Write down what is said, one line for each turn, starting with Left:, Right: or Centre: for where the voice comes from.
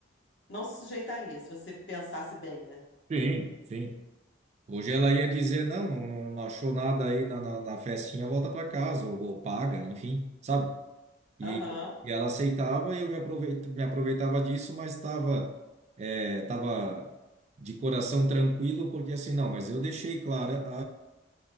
Left: não se sujeitaria se você pensasse bem, né?
Right: Sim, sim. Hoje ela ia dizer, não, não, não achou nada aí na, na, na festinha, volta para casa, ou, ou paga, enfim, sabe? E,
Left: Aham.
Right: e ela aceitava e eu me aproveitava, me aproveitava disso, mas estava é, tava de coração tranquilo, porque assim, não, mas eu deixei clara